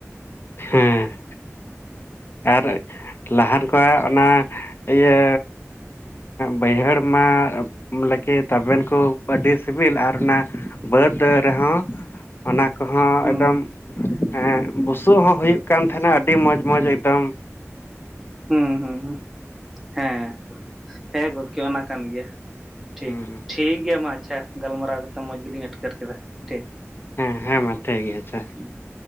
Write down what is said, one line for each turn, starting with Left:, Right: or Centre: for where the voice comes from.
Centre: <inaudible>
Left: ᱦᱮᱸ ᱟᱨ ᱞᱟᱦᱟᱱ ᱠᱚᱣᱟᱜ ᱚᱱᱟ ᱤᱭᱟᱹᱼᱼ ᱵᱟᱹᱭᱦᱟᱹᱲ ᱢᱟ ᱞᱟᱹᱜᱤᱫ ᱛᱟᱵᱮᱱ ᱠᱚ ᱟᱹᱰᱤ ᱥᱤᱵᱤᱞ ᱟᱨ ᱚᱱᱟᱼᱼ ᱵᱟᱹᱫᱽ ᱨᱮᱦᱚᱸᱼᱼ ᱚᱱᱟ ᱠᱚᱦᱚᱸ
Centre: ᱦᱩᱸ
Left: ᱮᱠᱫᱚᱢ ᱮᱜ ᱵᱩᱥᱩᱵ ᱦᱚᱸ ᱦᱩᱭᱩᱜ ᱠᱟᱱ ᱛᱟᱦᱮᱱᱟ ᱟᱹᱰᱤ ᱢᱚᱡᱽ ᱢᱚᱸᱡᱽ ᱮᱠᱫᱚᱢ ᱾
Centre: ᱦᱩᱸ ᱦᱩᱸ ᱦᱩᱸ, ᱦᱮᱸ ᱾ ᱦᱮᱸ ᱜᱚᱝᱠᱮ ᱚᱱᱟ ᱠᱟᱱ ᱜᱮᱭᱟ ᱴᱷᱤᱠ,
Left: ᱦᱩᱸ
Centre: ᱴᱷᱤᱠ ᱜᱮᱭᱟ ᱢᱟ ᱟᱪᱪᱷᱟ ᱾ ᱜᱟᱞᱢᱟᱨᱟᱣ ᱠᱟᱛᱮ ᱢᱚᱸᱡᱽ ᱜᱮᱞᱤᱧ ᱟᱴᱠᱟᱹᱨ ᱠᱮᱫᱟ ᱴᱷᱤᱠ ᱾
Left: ᱦᱮᱸ ᱦᱮᱸ ᱜᱚᱝᱠᱮ ᱜᱮ ᱟᱪᱪᱷᱟ ᱾
Centre: <inaudible>